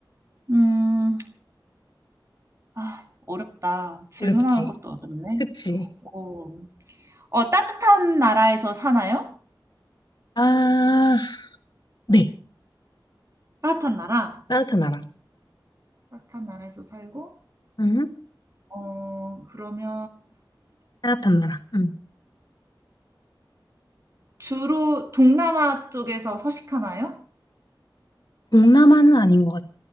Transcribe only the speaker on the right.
음, 아, 어렵다. 질문하는
것도 어렵네.
어, 어, 따뜻한 나라에서 사나요?
따뜻한 나라.
따뜻한 나라에서 살고,
어, 그러면
주로 동남아 쪽에서 서식하나요?